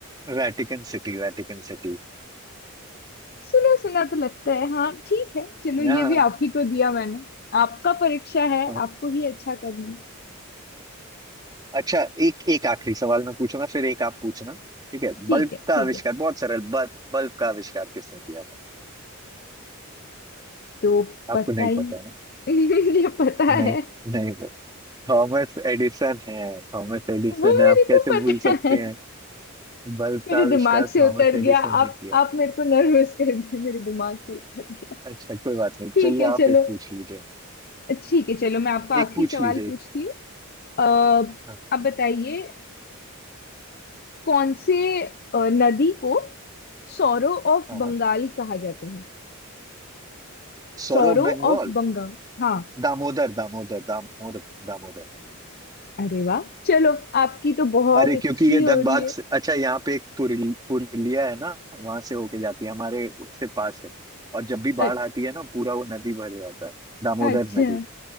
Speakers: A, on the right (about 20°); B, on the left (about 45°).
A: Vatican City Vatican City
B: सुना सुना तो लगता है हाँ ठीक है चलो ये
A: हाँ
B: भी आप ही को दिया मैंने आपका परीक्षा है
A: हाँ।
B: आपको ही अच्छा करना है
A: अच्छा एक एक आखिरी सवाल मैं पूछूंगा फिर एक आप पूछना ठीक है
B: ठीक
A: बल्ब
B: है
A: का
B: ठीक
A: आविष्कार
B: है
A: बहुत सरल बल्ब बल्ब का आविष्कार किसने किया था
B: तो
A: आपको
B: पता
A: नहीं
B: ही
A: पता है ना
B: <laughs> मुझे पता
A: नहीं
B: है
A: नहीं पता थॉमस एडिसन है थॉमस एडिसन
B: वो
A: है
B: मेरे
A: आप कैसे
B: को पता
A: भूल सकते
B: है
A: हैं बल्ब
B: मेरे
A: का आविष्कार
B: दिमाग से
A: थॉमस
B: उतर
A: एडिसन
B: गया
A: ने
B: आप
A: किया
B: आप मेरे को नर्वस कर दिए मेरे दिमाग से उतर गया
A: अच्छा कोई बात नहीं
B: ठीक
A: चलिए
B: है चलो
A: आप एक पूछ लीजिए
B: ठीक है चलो मैं आपको आखिरी
A: एक पूछ
B: सवाल
A: लीजिए
B: पूछती
A: एक-
B: हूँ अः
A: हाँ
B: अब बताइए कौन से अ, नदी को सौरो ऑफ
A: हाँ
B: बंगाल
A: हाँ।
B: कहा जाता है
A: सौरव
B: Sorrow
A: बंगाल
B: of Bengal हाँ
A: दामोदर दामोदर दामोदर दामोदर
B: अरे वाह चलो आपकी तो बहुत
A: अरे
B: अच्छी
A: क्योंकि ये धनबाद
B: हो रही है
A: से अच्छा यहाँ पे एक पुरुल- पुरुलिया है ना वहां से होके जाती है हमारे से पास है और जब भी
B: अच्छा
A: बाढ़ आती है ना पूरा वो नदी भर जाता है दामोदर
B: अच्छा
A: नदी